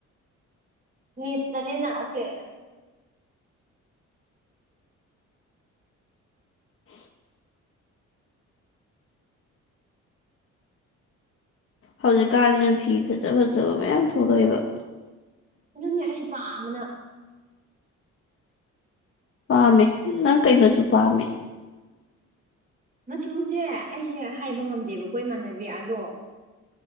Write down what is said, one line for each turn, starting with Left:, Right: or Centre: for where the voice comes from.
Right: ꯅꯦꯠ ꯇꯥꯅꯦꯅ ꯑꯁꯦ
Left: <inaudible> ꯍꯧꯖꯤꯛꯀꯥꯟꯁꯤꯅ ꯐꯤ ꯐꯖ ꯐꯖꯕ ꯃꯌꯥꯝ ꯊꯣꯛꯂꯛꯑꯦꯕ
Right: ꯑꯗꯨꯅꯦ ꯑꯩꯁꯨ ꯄꯥꯝꯕꯅ
Left: ꯄꯥꯝꯃꯦ ꯅꯪ ꯀꯩꯃꯆꯨ ꯄꯥꯝꯃꯦ
Right: ꯃꯆꯨꯁꯦ ꯑꯩꯁꯦ ꯍꯥꯏꯕ ꯉꯝꯗꯦꯕꯀꯣ ꯏꯃꯥꯟꯅꯕꯤ ꯑꯗꯣ